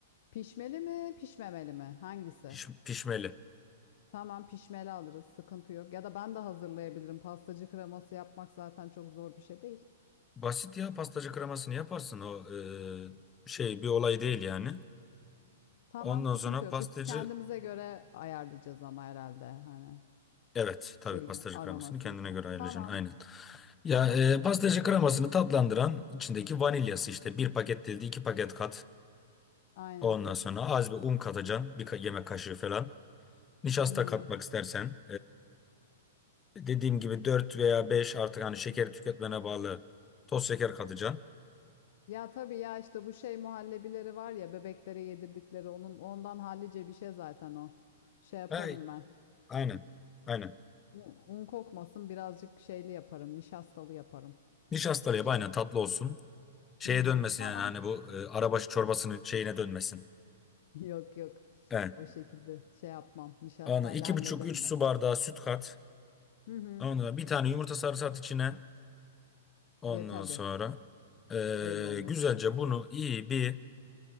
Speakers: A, on the left; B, on the left.
A: Pişmeli mi? Pişmemeli mi? Hangisi?
B: Piş- pişmeli.
A: Tamam pişmeli alırız. Sıkıntı yok. Ya da ben de hazırlayabilirim. Pastacı kreması yapmak zaten çok zor bir şey değil.
B: Basit ya pastacı kremasını yaparsın. O e, şey bir olay değil yani.
A: Tamam
B: Ondan
A: sıkıntı
B: sonra
A: yok.
B: pastacı
A: Biz kendimize göre ayarlayacağız ama herhalde hani
B: Evet
A: şeyini,
B: tabii pastacı
A: aromasını
B: kremasını kendine
A: falan.
B: göre ayıracaksın
A: Tamam.
B: aynen. Ya
A: Tamam.
B: e, pastacı kremasını tatlandıran içindeki vanilyası işte bir paket değil de iki paket kat.
A: Aynen.
B: Ondan sonra az bir un katacaksın bir ka- yemek kaşığı falan. Nişasta
A: Hı hı.
B: katmak istersen Dediğim gibi 4 veya beş artık hani şekeri tüketmene bağlı toz şeker katacaksın.
A: Ya tabii ya işte bu şey muhallebileri var ya bebeklere yedirdikleri onun ondan hallice bir şey zaten o. Şey yaparım
B: Hey,
A: ben.
B: aynen. Aynen.
A: Un, un kokmasın birazcık şeyli yaparım. Nişastalı yaparım.
B: Nişastalı yap
A: Şey.
B: aynen tatlı olsun. Şeye
A: Hı hı.
B: dönmesin
A: Tamam.
B: yani hani bu e, arabaşı çorbasının şeyine dönmesin.
A: Yok yok.
B: Evet.
A: O şekilde şey yapmam. Nişastayla
B: Onu iki
A: hallederim
B: buçuk üç
A: ben
B: su bardağı
A: onu.
B: süt kat.
A: Hı hı.
B: Ondan bir tane yumurta sarısı at içine. Ondan
A: De tabii.
B: sonra e,
A: Öyle olması
B: güzelce
A: lazım.
B: bunu iyi bir